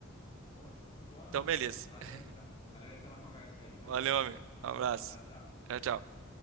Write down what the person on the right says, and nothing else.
Então
beleza.
<laughs>
Valeu,
amigo. Um abraço.
Tchau, tchau.